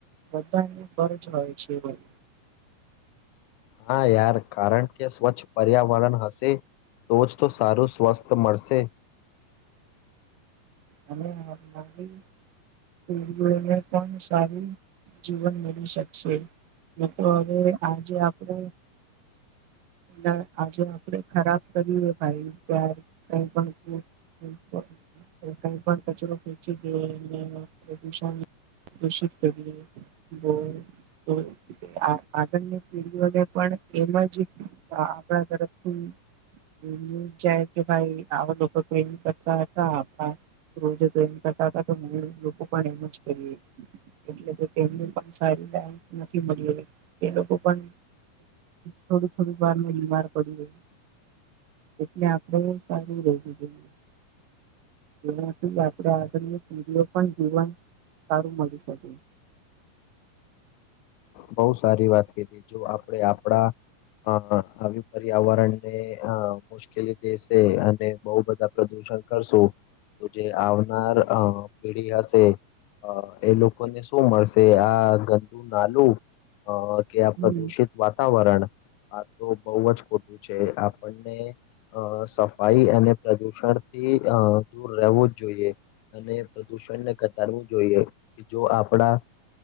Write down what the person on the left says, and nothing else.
હા યાર કારણ કે સ્વચ્છ પર્યાવરણ હશે તો જ તો સારું સ્વસ્થ મળશે
બોવ સારી વાત કીધી જો આપણે આપડા અ આવી પર્યાવરણ ને અ મુશ્કેલી દેશે અને બોવ બધા પ્રદુ પણ શું તો જે આવનાર અ પેઢી હશે હ એ લોકોને શું મળશે આ ગ દુ નાલું અ કે આ
પ્રદુષિત વાતાવરણ આ તો બોવ જ ખોટું છે આપણને અ સફાઈ અને પ્રદુષણ થી અ દૂર રહેવું જ જોઈએ અને પ્રદુષણને ઘટાડવું જોઈએ તો આપડા